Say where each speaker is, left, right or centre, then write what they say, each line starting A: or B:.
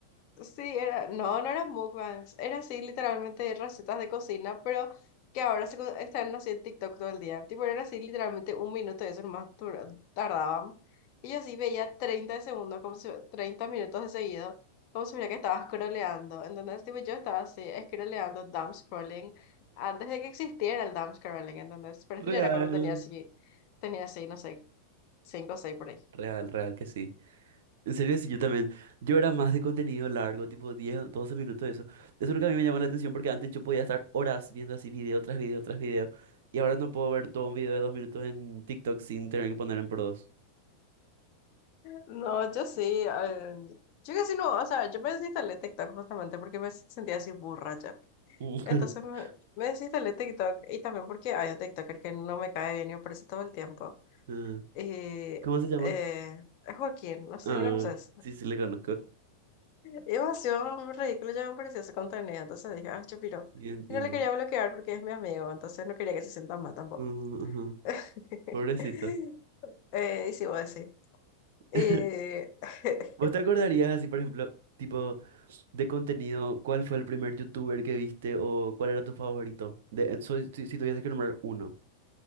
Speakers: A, on the left; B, on the right.
A: Sí, era, no, no eran mukbangs, era así literalmente recetas de cocina, pero que ahora se, co- están así en TikTok todo el día. Tipo, era así literalmente un minuto de eso nomás tura- tardaban. Y yo así veía 30 de segundos, como si, 30 minutos de seguido, como si mira que estaba scrolleando. Entonces, tipo, yo estaba así scrolleando, dumb scrolling, antes de que existiera el dumb scrolling, entonces, pero
B: Real,
A: esto ya era cuando tenía así, tenía así, no sé, 5 o 6 por ahí.
B: real, real que sí. En serio, sí, yo también. Yo era más de contenido largo, tipo 10, 12 minutos, eso. Eso es lo que a mí me llama la atención porque antes yo podía estar horas viendo así video tras video tras video. Y ahora no puedo ver todo un video de dos minutos en TikTok sin tener que poner en por dos.
A: No, yo sí. eh, yo casi no, o sea, yo me desinstalé TikTok justamente porque me sentía así borracha.
B: Mm.
A: Entonces
B: <laughs>
A: me, me desinstalé TikTok y también porque hay un TikToker que no me cae bien y me aparece todo el tiempo.
B: Ah,
A: Y
B: ¿Cómo se llama?
A: eh, es Joaquín, no sé
B: Ah,
A: si lo conoces.
B: sí, sí, le conozco.
A: Y demasiado ridículo, ya me parecía ese contenido. Entonces dije, ay, chupiro.
B: Sí, entiendo.
A: Y no le quería bloquear porque es mi amigo, entonces no quería que se sienta mal tampoco.
B: Mm, ujú.
A: <laughs>
B: Pobrecito.
A: eh, y sí, voy a decir.
B: <laughs>
A: Eh, <laughs>
B: ¿Vos te acordarías así, por ejemplo, tipo. De contenido, ¿cuál fue el primer youtuber que viste o cuál era tu favorito? De, eh, soy- si, si tuviese que nombrar uno.